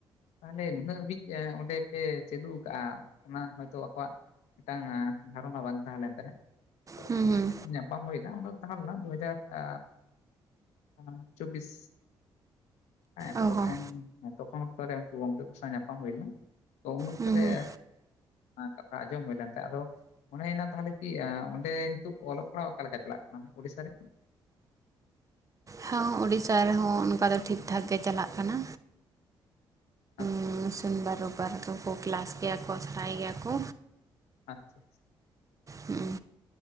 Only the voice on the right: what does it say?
ᱦᱩᱸ ᱦᱩᱸ
ᱚ
ᱦᱚᱸ
ᱦᱩᱸ ᱦᱩᱸ
ᱦᱚ ᱳᱲᱤᱥᱥᱟ ᱨᱮᱦᱚᱸ ᱚᱱᱠᱟ ᱫᱚ ᱴᱷᱤᱠ ᱴᱷᱟᱠ ᱜᱮ ᱪᱟᱞᱟᱜ ᱠᱟᱱᱟ
ᱩ
ᱥᱳᱢᱵᱟᱨ ᱨᱳᱵᱵᱟᱨ ᱨᱮᱫᱚ ᱠᱚ ᱠᱞᱟᱥ ᱜᱮᱭᱟ ᱠᱚ ᱟᱥᱲᱟᱭ ᱜᱮᱭᱟ ᱠᱚ
ᱦᱩᱸ